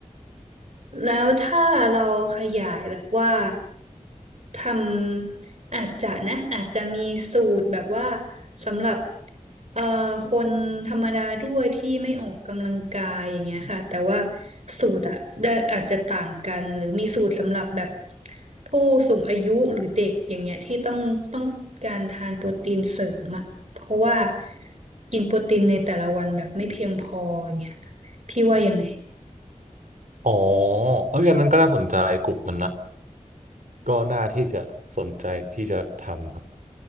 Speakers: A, on the right (about 60°); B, on the right (about 75°).
A: แล้วถ้าเราขยายแบบว่าทำอาจจะนะอาจจะมีสูตรแบบว่าสำหรับเอ่อคนธรรมดาด้วยที่ไม่ออกกำลังกายอย่างเงี้ยค่ะแต่ว่าสูตรอะได้อาจจะต่างกันหรือมีสูตรสำหรับแบบผู้สูงอายุหรือเด็กอย่างเงี้ยที่ต้องต้องการทานโปรตีนเสริมอะเพราะว่ากินโปรตีนในแต่ละวันแบบไม่เพียงพออย่างเงี้ยพี่ว่ายังไง
B: อ๋อเอ้ยอันนั้นก็น่าสนใจกลุ่มนั้นนะก็น่าที่จะสนใจที่จะทำครับ